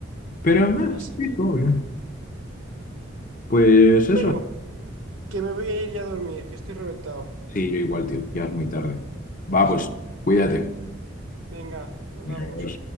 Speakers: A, on the left (about 40°); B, on the right (about 80°).
A: Pero eh,
B: Así
A: sí,
B: que,
A: obvio. Pues
B: bueno,
A: eso.
B: que me voy a ir ya a dormir, que estoy reventado.
A: Sí, yo igual, tío. Ya es muy tarde. Va,
B: Sí,
A: pues, cuídate.
B: venga, hablamos.
A: Adiós.